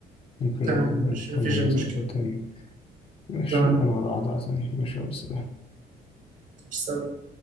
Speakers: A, on the left; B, on the right.
A: ممكن
B: تمام
A: نبقى
B: مش
A: نكمل
B: مفيش أي
A: مثلا
B: مشكلة
A: في تاني ماشي
B: تمام
A: أنا هقعد على عادة تاني ماشي يا أبو السلام
B: سلام.